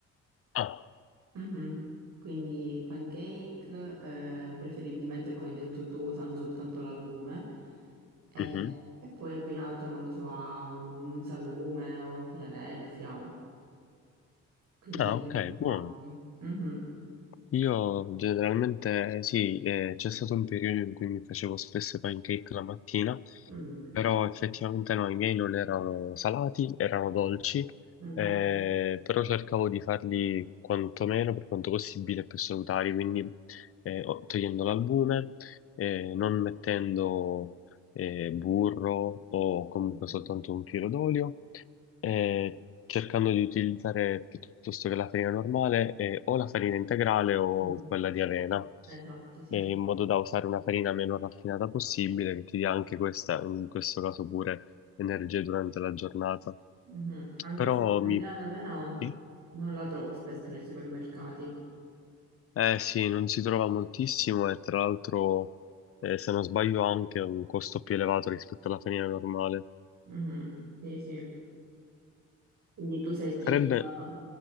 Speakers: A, on the left; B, on the right.
A: Ah,
B: Mhm. Quindi pancake, eh, preferibilmente come hai detto tu, usano soltanto l'albume e,
A: mhm.
B: e poi abbinato, non lo so, a un salume o Filadelfia, quindi
A: Ah,
B: che
A: ok,
B: formaggi.
A: buono.
B: Mhm.
A: Io generalmente sì, eh, c'è stato un periodo in cui mi facevo spesso i pancake la mattina,
B: Mm.
A: però effettivamente no, i miei non erano salati, erano dolci,
B: Mm.
A: eh, però cercavo di farli quantomeno per quanto possibile più salutari, quindi eh, o- togliendo l'albume, eh, non mettendo eh, burro o comunque
B: Mm.
A: soltanto un filo d'olio, eh, cercando di utilizzare piuttosto che la farina normale, eh, o la farina integrale o
B: Mm.
A: quella di avena,
B: Esatto, sì.
A: eh, in modo da usare una farina meno raffinata possibile, che ti dia anche questa, in questo caso pure, energie durante la giornata.
B: Mhm. Anche
A: Però
B: se l'origano
A: mi...
B: avena
A: sì?
B: non la trovo spesso nei supermercati.
A: Eh sì, non si trova moltissimo e tra l'altro, eh, se non sbaglio, ha anche un costo più elevato rispetto alla farina normale.
B: Mhm. Sì, sì. Quindi tu sei team
A: Sarebbe...
B: eh,